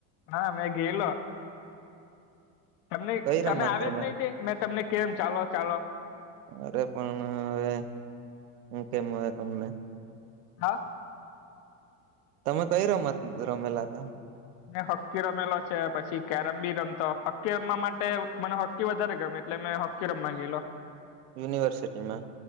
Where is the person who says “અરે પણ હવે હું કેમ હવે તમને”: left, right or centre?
Right